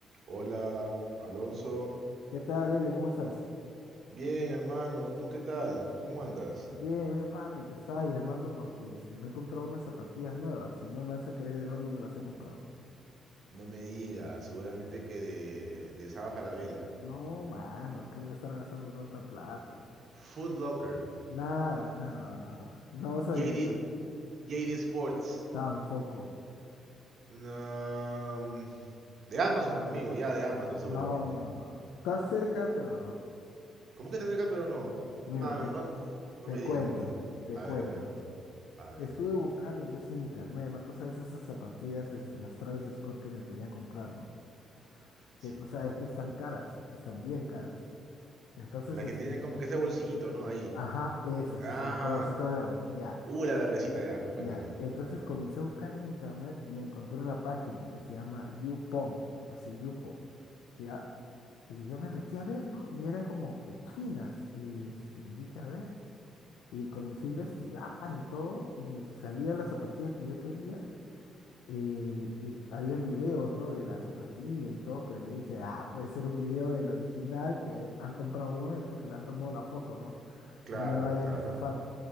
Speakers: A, on the right; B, on the left.
A: Hola, Alonso.
B: ¿Qué tal, Elio? ¿Cómo estás?
A: Bien, hermano, ¿tú qué tal? ¿Cómo andas?
B: Bien, bien, papi, te estaba llamando porque este, me he comprado unas zapatillas nuevas y no me vas a creer de dónde me las he comprado.
A: No me digas, seguramente que de, de Saga Falabella.
B: No, mano, ¿qué voy a estar gastando tanta plata?
A: Foot Locker.
B: Nada, nada, nada. No vas a
A: JD,
B: adivinar.
A: JD Sports.
B: Tampoco.
A: No, mm, de Amazon, amigo, ya de Amazon seguramente.
B: No, no, no. Estás cerca, pero no.
A: ¿Cómo que te acerca pero no?
B: Mira,
A: Mano,
B: te,
A: no, no
B: te
A: me digas,
B: cuento,
A: no me digas.
B: te
A: A
B: cuento.
A: ver, a ver, a ver,
B: Estuve buscando pues, en internet, ¿no? Tú sabes esas zapatillas, este, las Travis Scott que me quería comprar, ¿no?
A: sí.
B: Que tú sabes, pues están caras, están bien caras. Entonces,
A: La
B: este,
A: que tiene como que ese bolsillito, ¿no? Ahí.
B: Ajá, esa, esa,
A: Ah,
B: esa, la colorcito verde. Ya,
A: uh, la verdecita ya. Cuenta,
B: ya.
A: cuenta.
B: Entonces comencé a buscar en internet y encontré una página que se llama Yupon, así Yupo, ya. Y yo me metí a ver, ¿no? Y eran como que chinas. Y este, y dije, a ver. Y comencé a investigar y todo. Y salía la zapatilla que yo quería. eh, y habían videos, ¿no? De la zapatilla y todo. Pero yo dije, ah, puede ser un video del original que han comprado uno y porque le han tomado la foto, ¿no?
A: Claro,
B: No me vayan
A: claro,
B: a estafar.